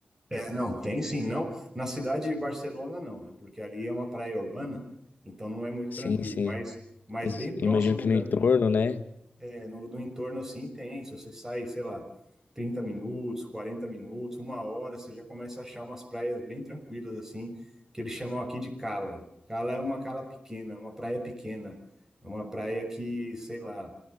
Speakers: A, on the right; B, on the left.
A: É, não, tem sim, não. Na cidade de Barcelona, não, é porque ali é uma praia urbana, então não é muito tranquilo,
B: Sim, sim.
A: mas, mas
B: Mas
A: bem próximo
B: imagino que no
A: da,
B: entorno, né?
A: é, no, no entorno assim tem. Se você sai, sei lá, 30 minutos, 40 minutos, uma hora, você já começa a achar umas praias bem tranquilas assim, que eles chamam aqui de cala. Cala é uma cala pequena, é uma praia pequena, é uma praia que, sei lá,